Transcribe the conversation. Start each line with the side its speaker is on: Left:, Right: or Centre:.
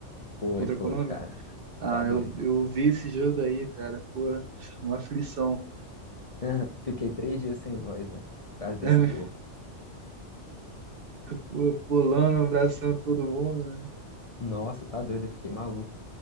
Left: Foi,
Right: Contra
Left: foi,
Right: a Colômbia?
Left: cara.
Right: Ah,
Left: Tá doido.
Right: eu, eu vi esse jogo aí, cara. Pô, uma aflição.
Left: <laughs> Fiquei três dias sem voz, velho, por causa desse
Right: <laughs>
Left: gol.
Right: Pô, pulando, abraçando todo mundo. né?
Left: Nossa, tá doido, eu fiquei maluco.